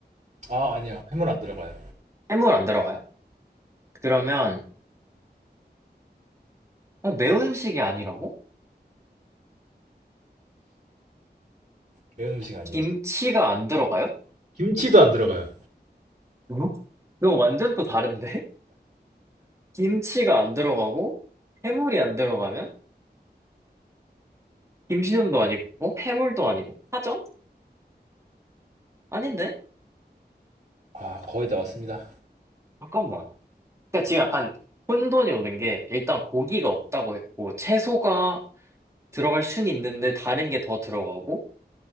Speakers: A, on the right; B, on the right.
A: 아, 아니요. 해물 안 들어가요.
B: 해물 안 들어가요? 그러면, 어, 매운 음식이 아니라고?
A: 매운 음식 아니에요.
B: 김치가 안 들어가요?
A: 김치도 안 들어가요.
B: 응? 그건 완전 또 다른데? 김치가 안 들어가고 해물이 안 들어가면 김치전도 아니고 해물도 아니고 파전? 아닌데?
A: 아, 거의 다 왔습니다.
B: 잠깐만. 그러니까 지금 약간 혼돈이 오는 게 일단 고기가 없다고 했고 채소가 들어갈 순 있는데 다른 게 더 들어가고